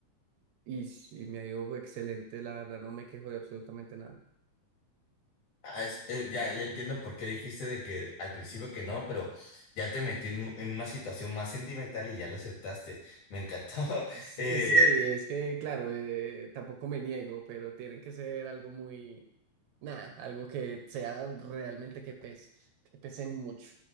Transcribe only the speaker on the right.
Y, s- y me ha ido excelente, la verdad, no me quejo de absolutamente nada.
Sí,
sí, es que, claro, eh, tampoco me niego, pero tienen que ser algo muy, nada, algo que sea realmente que pese, que pese mucho.